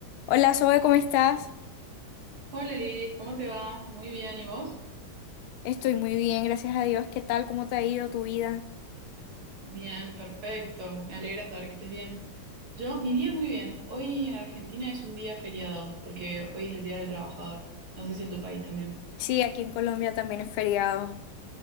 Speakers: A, on the left; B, on the right.
A: Hola Zoe, ¿cómo estás?
B: Hola Lidis, ¿cómo te va? Muy bien, ¿y vos?
A: Estoy muy bien, gracias a Dios. ¿Qué tal? ¿Cómo te ha ido tu vida?
B: Bien, perfecto. Me alegra saber que estés bien. Yo, mi día muy bien. Hoy en Argentina es un día feriado, porque hoy es el Día del Trabajador. No sé si en tu país también.
A: Sí, aquí en Colombia también es feriado